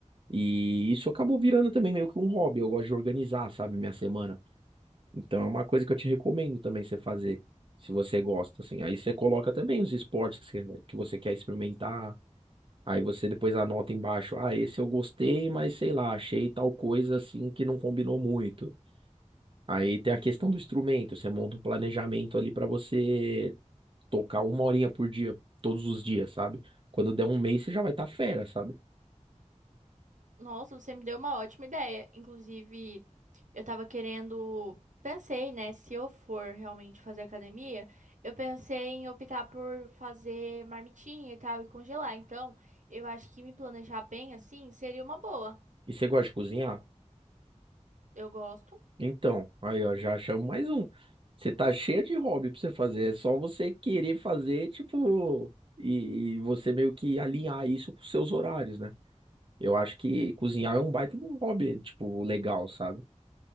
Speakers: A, on the right; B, on the right.
A: E isso acabou virando também meio que um hobby. Eu gosto de organizar, sabe, minha semana. Então é uma coisa que eu te recomendo também você fazer, se você gosta, assim. Aí você coloca também os esportes que você, que você quer experimentar. Aí você depois anota embaixo, ah, esse eu gostei, mas sei lá, achei tal coisa assim que não combinou muito. Aí tem a questão do instrumento, você monta um planejamento ali pra você tocar uma horinha por dia, todos os dias, sabe? Quando der um mês, você já vai estar fera, sabe?
B: Nossa, você me deu uma ótima ideia. Inclusive, eu tava querendo. Pensei, né? Se eu for realmente fazer academia, eu pensei em optar por fazer marmitinha e tal e congelar. Então, eu acho que me planejar bem assim seria uma boa.
A: E você gosta de cozinhar?
B: Eu gosto,
A: Então, aí ó, já achamos mais um. Você tá cheio de hobby pra você fazer, é só você querer fazer, tipo, e, e você meio que alinhar isso com os seus horários, né? Eu acho que cozinhar é um baita de um hobby, tipo, legal, sabe?